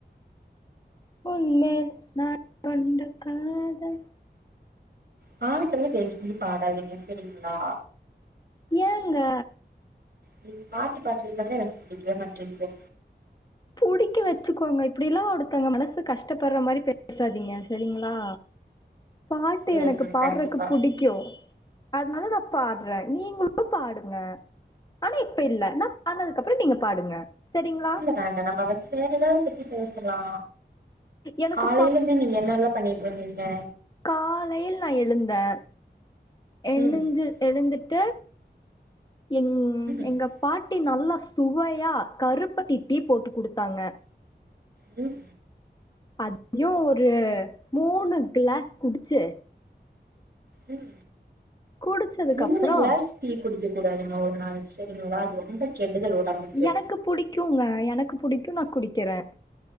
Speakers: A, on the left; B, on the right.
A: ஒன்மேல் நான் கொண்ட காதல்
B: பாட்டெல்லா தயவு செஞ்சி பாடாதீங்க செரிங்ளா
A: ஏங்க
B: நீங்க பாட்டு பாட்றது தாங்க எனக்கு புடிக்கவே மாட்டேங்கிது
A: புடிக்க வச்சுக்கோங்க இப்டிலா ஒருத்தவங்க மனச கஷ்டப்பட்ற மாரி பேசாதீங்க சரிங்ளா பாட்டு
B: சேரிங்க
A: எனக்கு பாட்றக்கு
B: கண்டிப்பா
A: புடிக்கு அதனால நா பாட்றே நீங்ளு பாடுங்க ஆனா இப்ப இல்ல நா பாட்னதுக்கப்றோ நீங்க பாடுங்க சரிங்களா
B: இல்ல வேண்ட நம்ப வந்து வேற எதாவது பத்தி பேசலா
A: எனக்கு
B: காலைல இருந்து நீங்க என்னலா பண்ணிட்ருந்தீங்க
A: காலைல நா எழுந்தே எழுந்து
B: ம்
A: எ இருந்துட்டு எங்
B: ம்
A: எங்க பாட் டீ நல்லா சுவையா கருப்பட்டி டீ போட்டு குடுத்தாங்க
B: ம்
A: அதையு ஒரு மூணு கிளாஸ் குடிச்சி
B: ம்
A: குடிச்சதுக்கு
B: மூணு
A: அப்புறம்
B: கிளாஸ் டீ குடிக்க கூடாதுங்க ஒரு நாளைக்கு செரிங்களா அது ரொம்ப கெடுதல் உடம்புக்கு
A: எனக்கு புடிக்குங்க எனக்கு புடிக்கு நா குடிக்கறே